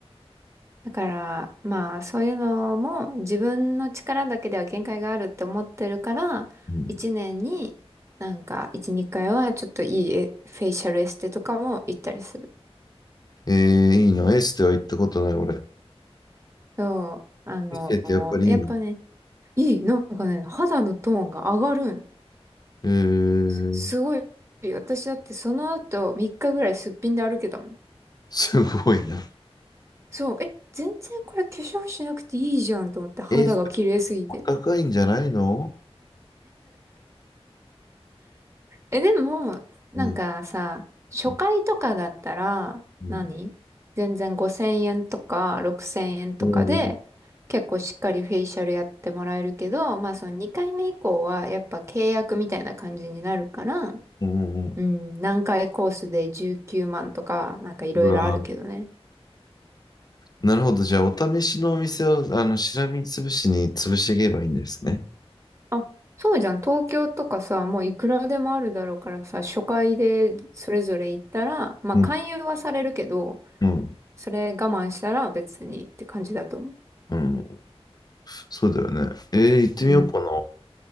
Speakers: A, on the right; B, on the left.
A: だから、まあ、そういうのも自分の力だけでは限界があるって思ってるから、
B: うん
A: 一年になんか一、二回はちょっといいえフェイシャルエステとかも行ったりする。
B: えー、いいな。エステは行ったことない、俺。
A: そう、あの、
B: エステってやっぱりいいの。
A: やっぱね、いい、なんかね、肌のトーンが上がるん。
B: えー、
A: すごい。私だってその後3日ぐらいすっぴんで歩けたもん。
B: すごいな。
A: そう、え、全然これ化粧しなくていいじゃんと思って肌が綺麗すぎて。
B: えー高いんじゃないの
A: え、でも、なんかさ、
B: うん。
A: 初回とかだったら何、
B: うん。うん。
A: 全然5000円とか6000円とかで、
B: うん。
A: 結構しっかりフェイシャルやってもらえるけど、まあその2回目以降はやっぱ契約みたいな感じになるから、
B: うん
A: うん、何回コースで19万とか、なんかいろいろあるけどね。
B: うわ、なるほど。じゃあ、お試しのお店を、あの、しらみつぶしに潰していけばいいんですね。
A: あ、そうじゃん。東京とかさ、もういくらでもあるだろうからさ、初回でそれぞれ行ったら、まあ勧誘はされるけど、
B: うん。うん。
A: それ我慢したら別にって感じだと思う。
B: うん。そうだよね。えー、行ってみようかな。
A: うん。